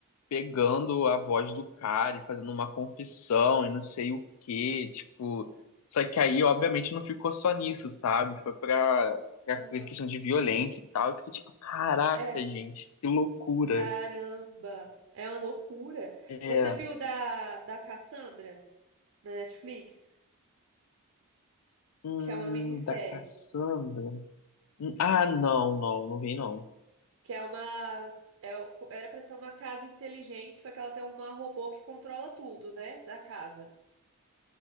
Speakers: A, on the left; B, on the right.
A: pegando a voz do cara e fazendo uma confissão e não sei o quê, tipo. Só que aí, obviamente, não ficou só nisso, sabe? Foi pra, pra
B: Aham.
A: questão de violência e tal. Eu fiquei tipo, caraca,
B: É,
A: gente, que loucura.
B: Caramba, é uma loucura.
A: É.
B: Você viu da, da Cassandra na Netflix?
A: Hum,
B: Que é uma minissérie,
A: da Cassandra. Hum, Ah, não, não, não vi, não.
B: que é uma é o- era pra ser uma casa inteligente, só que ela tem uma robô que controla tudo, né, da casa.